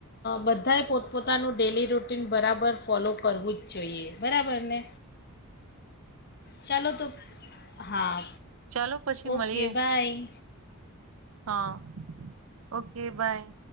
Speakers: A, on the left; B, on the right.
A: બધાએ પોતપોતાનું ડેલી રૂટીન બરાબર ફોલો કરવું જ જોઈએ બરાબર ને ચાલો તો હા
B: ચાલો પછી
A: ઓકે
B: મળીએ
A: બાય
B: હા ઓકે બાય